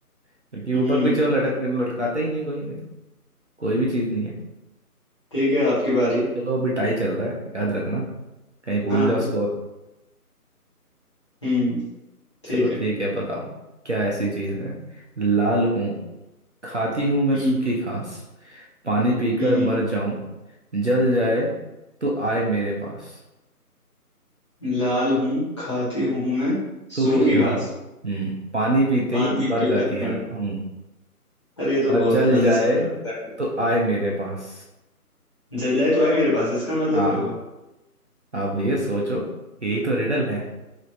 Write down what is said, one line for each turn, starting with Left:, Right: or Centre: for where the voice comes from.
Right: क्योंकि ऊपर
Left: हम्म
Right: कुछ और लटक लटकाते ही नहीं कोई कोई भी चीज नहीं है
Left: ठीक है आपकी बारी
Right: चलो अभी टाई चल रहा है याद रखना कहीं भूल
Left: हाँ हाँ
Right: जाओ स्कोर
Left: हम्म ठीक
Right: चलो
Left: है
Right: ठीक है बताओ क्या ऐसी चीज है लाल हूँ खाती हूँ मैं
Left: हम्म
Right: सूखी घास पानी पीकर
Left: हम्म
Right: मर जाऊं जल जाए तो आए मेरे पास
Left: लाल हूँ खाती हूँ मैं
Right: सूखी
Left: सूखी
Right: घास
Left: घास
Right: हम्म पानी पीते
Left: पानी
Right: ही मर
Left: पीकर
Right: जाती है
Left: मर
Right: हम्म
Left: अरे ये तो
Right: और
Left: बहुत
Right: जल
Left: वैसे
Right: जाए
Left: सिंपल लग रहा
Right: तो आए मेरे पास
Left: है जल जाए तो आए मेरे पास इसका मतलब
Right: हाँ
Left: क्या हुआ
Right: अब ये सोचो यही तो रिडल है